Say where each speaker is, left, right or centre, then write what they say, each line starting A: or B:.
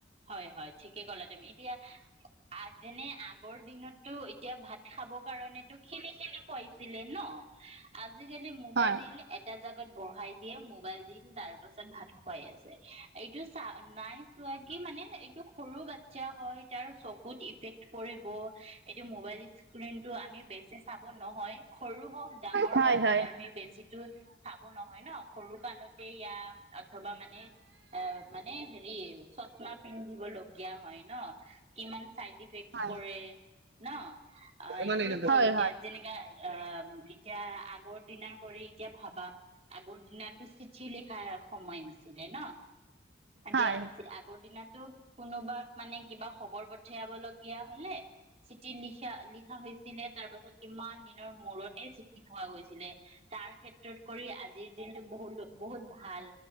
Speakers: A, on the right; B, on the right.
A: হয়, হয় ঠিকে ক'লা তুমি, এতিয়া আহ যেনে আগৰ দিনতো এতিয়া ভাত খাব কাৰণতো খেলি -খেলি খোৱাইছিলে ন। আজিকালি মোবাইল
B: হয়
A: দিলে এটা জাগাত বঢ়াই দিয়ে মোবাইল দি তাৰ পাছত ভাত খুৱাই আছে। এইটো চা নাই চোৱা কি মানে এইটো সৰু বাচ্ছা হয়, তাৰ চকুত ইফেক্ট কৰিব এইটো মোবাইল ইচ স্ক্ৰীনটো আমি বেছি চাব নহয়, সৰু হওক ডাঙৰ
B: হয়
A: হওঁক
B: হয়
A: আমি বেছি টো চাব নহয় ন, সৰু কালতে এইয়া অথবা মানে অ মানে হেৰি চচ্ মা পিন্ধিব লগীয়া হয় ন, কিমান চাইড ইফেক্ট
B: হয়
A: কৰে নহ। অ এইটোৱে
B: হয়
A: কও এতিয়াত যেনেকা অ এতিয়া আগৰ দিনাৰ কৰি এতিয়া ভাবা আগৰ দিনাতো চিঠি লিখাৰ সময় আছিলে ন। এতিয়া
B: হয়
A: আগৰ দিনা টো কোনোবাক মানে কিবা খবৰ পঠিয়াব লগীয়া হলে চিঠিত লিখা লিখা হৈছিলে, তাৰপিছত কিমান দিনৰ মূৰতে চিঠি পোৱা গৈছিলে। তাৰ ক্ষেত্ৰত কৰি আজিৰ দিনটো বহুত বহুত ভাল